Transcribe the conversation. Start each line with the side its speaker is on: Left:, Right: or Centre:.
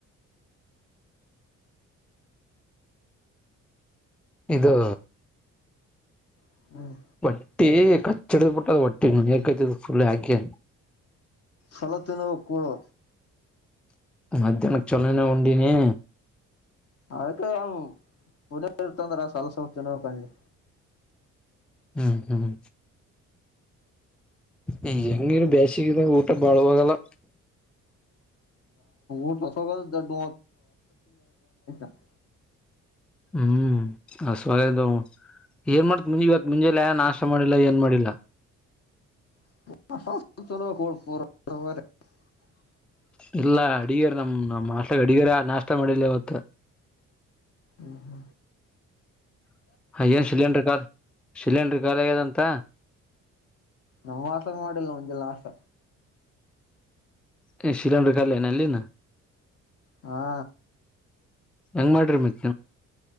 Centre: ಇದು.
Left: ಹ್ಮ್
Centre: ಹೊಟ್ಟಿ ಕಚ್ಚಿ ಹಿಡದ ಬಿಟ್ಟದ ಹೊಟ್ಟಿ ಹೊಲಿಯಕ್ಕ್ದ ಫುಲ್ ಹಾಕಿ
Left: ಸಣ್ಣದ ತಿನ್ನಬೇಕು ಕೂಳು
Centre: ಮಧ್ಯಾಹ್ನಕ್ ಚಲೋನೆ ಉಂಡಿನಿ.
Left: ಆಯ್ತ್ <unintelligible> ಉಳಿಯಂಗ ಇರ್ತಂದ್ರ ಸ್ವಲ್ ಸ್ವಲ್ಪ ತಿನ್ನಬೇಕ ಹಂಗೆ
Centre: ಹ್ಮ ಹ್ಮ್. ನೀ ಹೆಂಗಿರು ಬೇಸಗಿದಾಗ ಊಟ ಬಾಳಆಗಲ್ವ.
Left: ಊಟ ಹೊಸ ದೊಡ್ಡು <unintelligible>
Centre: ಹ್ಮ್ ಹಸುಆಗೇದೋ ಏನ್ ಮಾಡ್ತಿ ಮುಂಜಾಲೆ ಇವತ್ತ್ ಮುಂಜಾಲೆ ನಾಷ್ಟ್ ಮಾಡಿಲ್ಲ ಏನ್ ಮಾಡಿಲ್ಲ.
Left: <inaudible>
Centre: ಇಲ್ಲ ಅಡಿಗರ್ ನಮ್ ನಮ್ಮ ಹಾಷ್ಟ್ಲಗೆ ಅಡಿಗರ್ ನಾಷ್ಟ ಮಾಡಿಲ್ಲ ಇವತ್ತ.
Left: ಹ್ಮ್
Centre: <unintelligible> ಸಿಲಿಂಡ್ರು ಖಾ ಸಿಲಿಂಡ್ರು ಖಾಲಿ ಆಗ್ಯದಂತ.
Left: ನಮ್ಮ್ ಹಾಸ್ಟ್ಲೆ ಮಾಡಿಲ್ಲ ಮುಂಜಾಲೆ ನಾಸ್ಟ.
Centre: ಯಾಕೆ ಸಿಲಿಂಡರ್ ಖಾಲಿನು ಅಲ್ಲಿನು.
Left: ಹಾ
Centre: ಹೆಂಗ್ ಮಾಡೀರ ಮತ್ತೆ